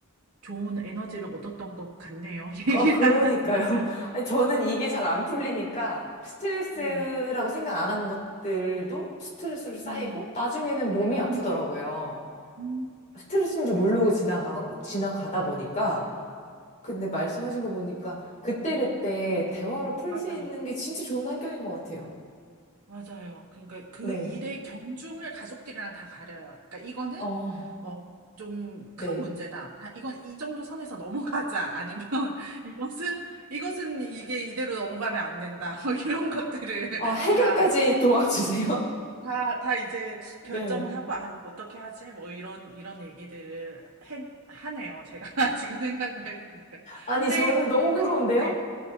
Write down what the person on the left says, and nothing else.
어, 그러니까요.
<laughs> 아니, 저는 이게 잘 안 풀리니까 스트레스라고
생각 안 한 것들도 스트레스로 쌓이고
나중에는 몸이
아프더라고요.
스트레스인지
모르고 지나가, 지나가다 보니까. 근데 말씀하신 거 보니까 그때그때 대화로 풀
수 있는 게 진짜 좋은 환경인 것 같아요.
네.
어,
네.
아, 해결까지
도와주세요.
<laughs>
네.
아니,
저는 너무 부러운데요?